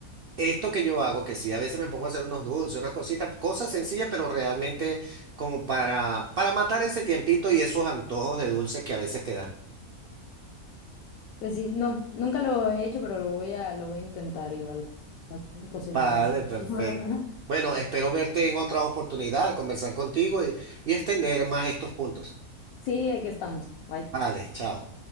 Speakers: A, on the right; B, on the left.
A: Esto que yo hago, que sí, a veces me pongo a hacer unos dulces, unas cositas, cosas sencillas, pero realmente como para, para matar ese tiempito y esos antojos de dulces que a veces te dan.
B: Pues sí, no, nunca lo he hecho, pero lo voy a, lo voy a intentar igual. Aprender a Cocinar
A: Vale,
B: más.
A: perfecto.
B: <laughs>
A: Bueno, espero verte en otra oportunidad, conversar contigo y, y extender más estos puntos.
B: Sí, aquí estamos. Bye.
A: Vale, chao.